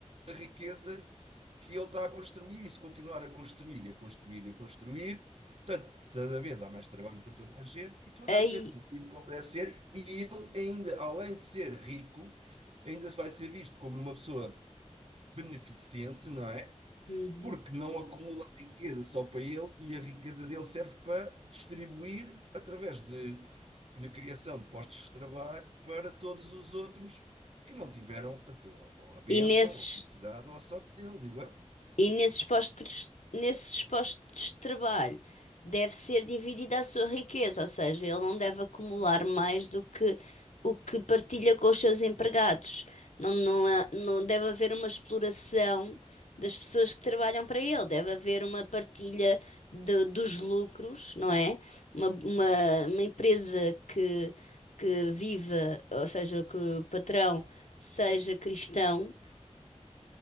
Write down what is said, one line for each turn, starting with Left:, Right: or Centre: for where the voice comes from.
Right: a riqueza que ele está a construir e se continuar a construir e a construir e a construir, portanto, cada vez há mais trabalho para toda a gente e toda
Left: Aí.
Right: a gente vive como deve ser e ele ainda, além de ser rico, ainda vai ser visto como uma pessoa beneficente, não é?
Left: Uhum.
Right: Porque não acumula riqueza só para ele e a riqueza dele serve para distribuir através de, de criação de postos de trabalho para todos os outros que não tiveram, portanto, ou a bênção,
Left: E nesses
Right: ou a felicidade, ou a sorte dele, digo eu.
Left: E nesses postos, nesses postos de trabalho deve ser dividida a sua riqueza, ou seja, ele não deve acumular mais do que o que partilha com os seus empregados. Não, não, há- não deve haver uma exploração das pessoas que trabalham para ele, deve haver uma partilha de- dos lucros, não é? Uma, uma, uma empresa que, que viva, ou seja, que o patrão seja cristão